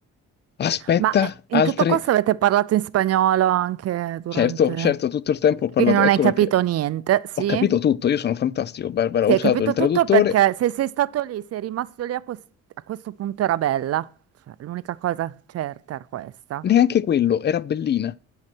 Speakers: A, on the left; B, on the right.
A: Aspetta,
B: Ma eh, in
A: altre...
B: tutto questo avete parlato in spagnolo anche durante...
A: Certo, certo, tutto il tempo ho parlato,
B: Quindi non
A: ecco
B: hai capito
A: perché
B: niente, sì?
A: ho capito tutto, io sono fantastico, Barbara,
B: Sì,
A: ho usato
B: hai capito
A: il traduttore,
B: tutto perché se sei stato lì, sei rimasto lì a, quest- a questo punto era bella. Cioè, l'unica cosa certa era questa.
A: neanche quello, era bellina.